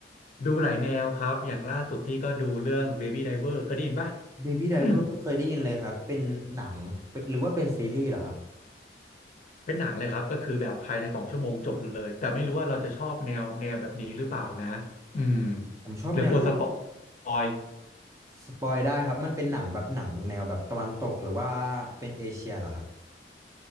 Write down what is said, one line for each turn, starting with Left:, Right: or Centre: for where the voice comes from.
Left: ดูหลายแนวครับ อย่างล่าสุดพี่ก็ดูเรื่อง Baby Driver เคยได้ยินป่ะ
Right: Baby Driver
Left: <clears throat>
Right: เพิ่งเคยได้ยินเลยครับเป็นหนังเป็นหรือว่าเป็นซีรีส์เหรอครับ
Left: เป็นหนังเลยครับก็คือแบบภายในสองชั่วโมงจบเลย แต่ไม่รู้ว่าเราจะชอบแนวแนวแบบนี้หรือเปล่านะอืม
Right: อ๋อผมชอบแนวที่
Left: เดี๋ยวกลัวสปอย
Right: สปอยได้ครับมันเป็นหนังแบบหนังแนวแบบตะวันตกหรือว่าเป็นเอเชียเหรอครับ